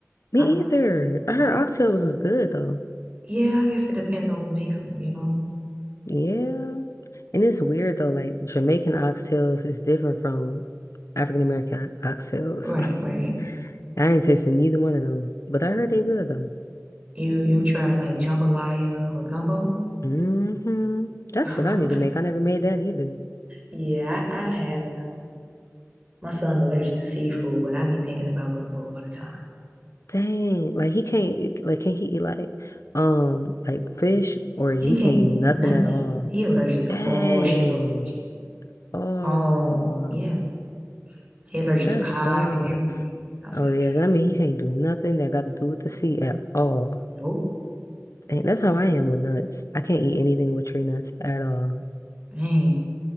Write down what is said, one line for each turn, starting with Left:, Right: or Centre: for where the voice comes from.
Left: Me
Right: I could,
Left: either. I heard
Right: I,
Left: oxtails is good though.
Right: yeah, I guess it depends on who makes them, you know?
Left: Yeah. And it's weird though, like Jamaican oxtails is different from African American oxtails.
Right: Right,
Left: <laughs>
Right: right.
Left: I ain't tasted neither one of them, but I heard
Right: Mhm.
Left: they good though.
Right: You you try like jambalaya or gumbo?
Left: hmm That's
Right: <laughs>
Left: what I need to make. I never made that either.
Right: Yeah, I, I haven't. Um, my son allergic to seafood, but I be thinking about gumbo all the time.
Left: Dang, like he can't like can he eat like um like fish or he
Right: He can't
Left: can't eat
Right: eat
Left: nothing
Right: nothing.
Left: at all.
Right: He allergic to
Left: Dang.
Right: all shellfish.
Left: Oh,
Right: All, yeah. He allergic
Left: that
Right: to cod
Left: sucks.
Right: and everything. I was
Left: Oh
Right: like,
Left: yeah,
Right: dang,
Left: that mean he can't do nothing that got to do with the sea at all.
Right: nope,
Left: And that's how I am with nuts. I can't eat anything with tree nuts at all.
Right: dang.